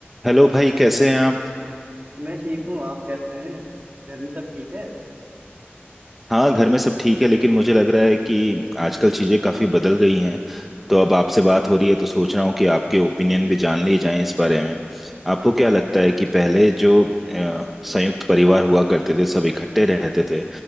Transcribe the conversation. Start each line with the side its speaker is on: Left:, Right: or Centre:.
Centre: Hello भाई कैसे हैं आप
Right: मैं ठीक हूँ आप कैसे हैं घर में सब ठीक है
Centre: हाँ घर में सब ठीक है लेकिन मुझे लग रहा है कि आजकल चीज़ें काफ़ी बदल गई हैं तो अब आपसे बात हो रही है तो सोच रहा हूँ कि आपके ओपिनियन भी जान लिए जाएं इस बारे में आपको क्या लगता है कि पहले जो अ, संयुक्त परिवार हुआ करते थे सब इकट्ठे रहते थे